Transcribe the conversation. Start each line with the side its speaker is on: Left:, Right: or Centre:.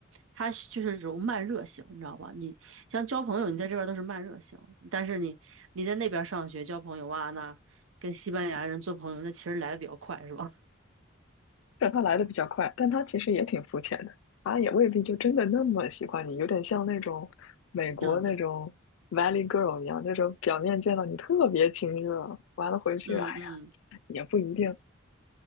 Right: 他是就是这种慢热型，你知道吧？你像交朋友，你在这边儿都是慢热型，但是你你在那边儿上学交朋友哇，那跟西班牙人做朋友，那其实来的比较快，是吧？
Left: 虽然他来的比较快，但他其实也挺肤浅的，他也未必就真的那么喜欢你，有点像那种美国那种
Right: <laughs> 嗯，对，
Left: Valley Girl 一样，那种表面见到你特别亲热，完了回去，
Right: 嗯嗯。
Left: 哎呀，也不一定。